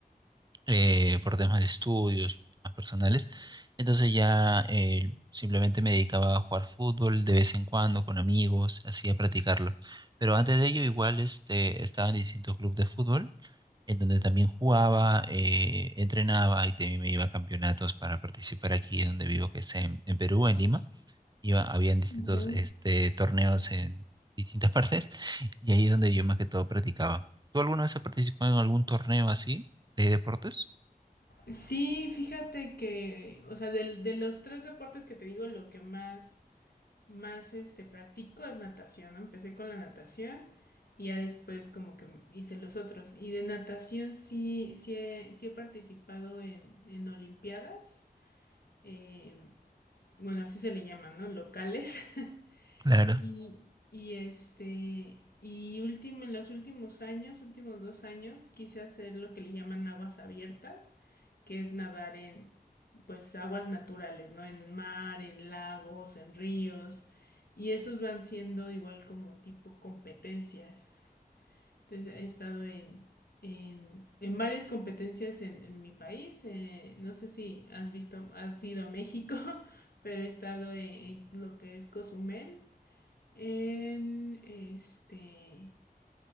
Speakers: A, on the right (about 25°); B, on the left (about 75°).
A: eh, por temas de estudios temas personales, entonces ya eh, simplemente me dedicaba a jugar fútbol de vez en cuando con amigos, así a practicarlo. Pero antes de ello igual este, estaba en distintos clubes de fútbol en donde también jugaba, eh, entrenaba y también me iba a campeonatos para participar aquí donde vivo, que es en, en Perú, en Lima. Iba, habían distintos
B: ya.
A: este, torneos en distintas <laughs> partes y ahí es donde yo más que todo practicaba. ¿Tú alguna vez has participado en algún torneo así de deportes?
B: Sí, fíjate que, o sea, del- de, los tres deportes que te digo, lo que más más este, practico es natación, ¿no? Empecé con la natación y ya después como que hice los otros. Y de natación sí, sí, he, sí he participado en, en Olimpiadas, eh, bueno, así se le llaman, ¿no? Locales. <laughs>
A: Claro.
B: Y, y este, y último, en los últimos años, últimos dos años, quise hacer lo que le llaman aguas abiertas, que es nadar en, pues aguas naturales, ¿no? En mar, en lagos, en ríos. Y esos van siendo igual como tipo competencias. Entonces he estado en, en, en varias competencias en, en mi país. eh, no sé si has visto, has ido a México, <laughs> pero he estado en, en lo que es Cozumel, en este,